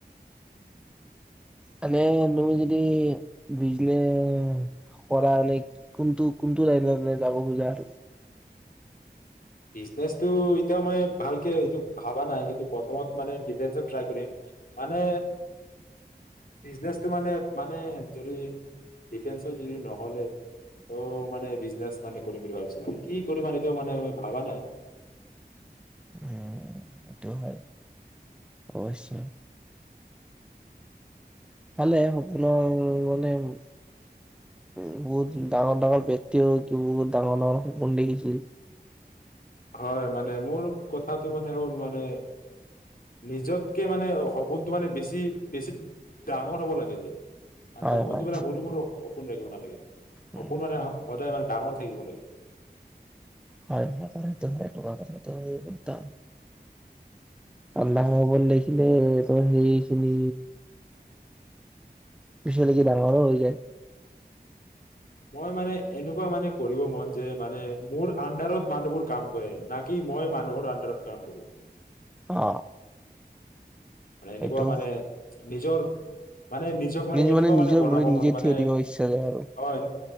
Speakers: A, in the centre; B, on the left.
A: এনে তুমি যদি বিজনেচ, কৰা নে কোনটো কোনটো লাইন মানে যাব খোজা আৰু?
B: বিজনেচটো এতিয়া মই ভালকে এইটো ভাবা নাই। কিন্তু প্ৰথমত মানে ডিফেন্সত ট্ৰাই কৰিম। মানে বিজনেচটো মানে মানে যদি ডিফেন্সত যদি নহ'লে তো মানে বিজনেচ মানে কৰিম বুলি ভাবছো কি কৰিম মানে এতিয়াও মানে ভাৱা নাই।
A: উ এইটোও হয় অৱশ্যে। ভালে সপোনৰ মানে উ বহুত ডাঙৰ ডাঙৰ ব্যক্তিও বহুত ডাঙৰ ডাঙৰ পোন দেখিছিল।
B: হয় মানে মোৰ কথাটো মানে হ'ল মানে। নিজতকে মানে সপোনটো মানে বেছি বেছি ডাঙৰ হ'ব লাগে যে। আৰু
A: হয়
B: সপোন
A: হয়
B: বিলাক হুৰুমুৰু, সপোন ৰাখিব নালাগে।
A: উম,
B: সপোন মানে হা সদায় মান ডাঙৰ থাকিব লাগে।
A: হয় হয় হয় এইটো কথা হয়। এইটো একদম ভাললগা সপোন দেখিলে তো সেইখিনি পিছলেকি ডাঙৰো হৈ যায়।
B: মই মানে এনেকুৱা মানে কৰিব মন যে মানে মোৰ আণ্ডাৰত মানুহবোৰ কাম কৰে না কি মই মানুহৰ আণ্ডাৰত কাম কৰোঁ।
A: অ।
B: মানে এনেকুৱা
A: সেইটো
B: মানে নিজৰ মানে নিজক মানে
A: নিজ
B: এনেকুৱা
A: নিজৰ
B: মানে বনাব
A: ভৰিত নিজে
B: মন মানে,
A: থিয় দিব ইচ্ছা যায় আৰু
B: হয়।